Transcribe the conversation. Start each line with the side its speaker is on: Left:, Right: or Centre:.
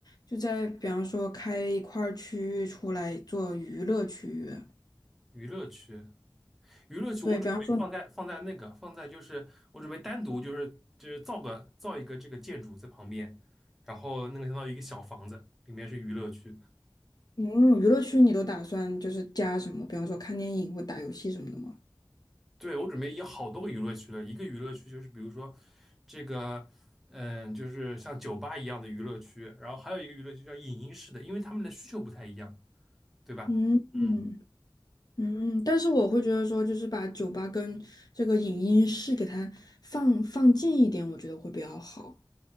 Left: 就在比方说开一块儿区域出来做娱乐区域。
Centre: 娱乐区，娱乐区我准备放在放在那个放在就是我准备单独就是就是造个造一个这个建筑在旁边，
Left: 对，比方说。
Centre: 然后那个相当于一个小房子，里面是娱乐区。
Left: 嗯，娱乐区你都打算就是加什么？比方说看电影或打游戏什么的吗？
Centre: 对，我准备有好多个娱乐区了，一个娱乐区就是比如说这个，嗯，就是像酒吧一样的娱乐区，然后还有一个娱乐区叫影音室的，因为他们的需求不太一样，对吧？
Left: 嗯嗯
Centre: 嗯，
Left: 嗯，但是我会觉得说，就是把酒吧跟这个影音室给它放放近一点，我觉得会比较好。